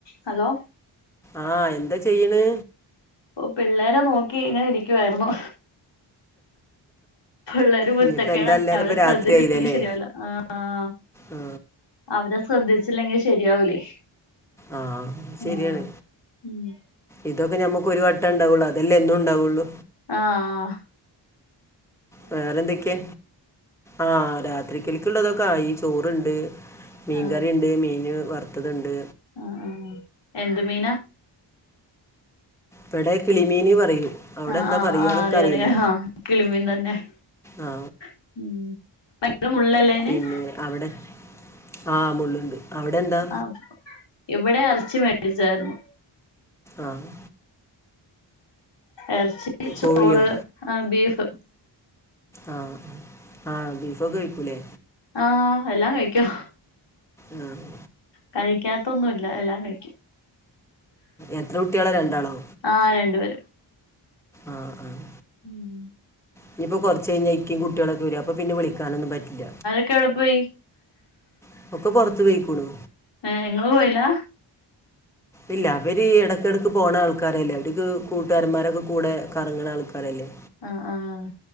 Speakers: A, on the left; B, in the centre.
A: Hello
B: ആഹ് എന്ത് ചെയ്യണ്
A: ഓ പിള്ളേരെ നോക്കി ഇങ്ങനെ ഇരിക്കുവായിരുന്നു പിള്ളേര് കുരുത്തക്കേടാണ്
B: ഇനിയിപ്പോ എന്താ അല്ലാതെ
A: അവരെ
B: ഇപ്പ
A: ശ്രദ്ധിച്ചില്ലെങ്കി
B: രാത്രിയായില്ലല്ലേ
A: ശരിയാവൂല ആഹ്
B: ആ
A: അവരെ ശ്രദ്ധിച്ചില്ലെങ്കിൽ ശരിയാവൂലേ
B: ആഹ്
A: ഉം
B: ശരിയാണ്
A: ഉം
B: ഇതൊക്കെ ഞമ്മക്കൊരു വ ണ്ടാവുള്ളൂ അതല്ലേ എന്നും ഉണ്ടാവുള്ളൂ
A: ആഹ് ആഹ്
B: വേറെന്തൊക്കെയ ആഹ് രാത്രിക്കലിക്കുള്ളതൊക്കെ ആയി ചോറ്ണ്ട് മീൻകറിയുണ്ട്
A: ആ
B: മീന് വറുത്തതുണ്ട്
A: ആ ആ എന്ത് മീനാ
B: ഇവിടെ കിളിമീന് പറയും അവിടെ
A: ആഹ്
B: എന്താ
A: ആഹ്
B: പറയാന്നൊക്കെ
A: ആഹ് അറിയാം
B: അറിയില്ല
A: അറിയാം ആഹ് കിളിമീൻ തന്നെ
B: ആ
A: <unintelligible>
B: പിന്നെ അവിടെ ആഹ് മുള്ളുണ്ട് അവിടെ എന്താ
A: ആഹ് ഇവിടെ ഇറച്ചി മേടിച്ചായിരുന്നു
B: ആഹ്
A: ഇറച്ചിക്ക് ചോറ്
B: കോഴിയോ
A: ആഹ് ബീഫ്
B: ആഹ് ആഹ് ബീഫോക്കെ കഴിക്കൂല്ലേ
A: ആഹ് എല്ലാം കഴിക്കും
B: ആഹ്
A: കഴിക്കാത്ത ഒന്നുല്ല എല്ലാം കഴിക്കും
B: എത്ര കുട്ടികള രണ്ടാളോ
A: ആഹ് രണ്ടുപേരും
B: ആഹ് ആഹ്
A: ഉം
B: ഇനിയിപ്പ കുറച്ച് കഴിഞ്ഞ <unintelligible> കുട്ടികളൊക്കെ വരും അപ്പ പിന്നെ വിളിക്കാനൊന്നും പറ്റില്ല
A: ഇക്ക എവിടെ പോയി
B: <unintelligible> പുറത്ത് പോയ്ക്കുണു
A: ഏഹ് ഇങ്ങള് പോയില്ല
B: ഇല്ല അവര് ഇടക്കിടക്ക് പോണ ആൾക്കാരല്ലേ അവർക്ക് കൂട്ടുകാരന്മാരൊക്കെ കൂടെ കറങ്ങണ ആൾക്കാരല്ലേ
A: ആഹ് ആഹ്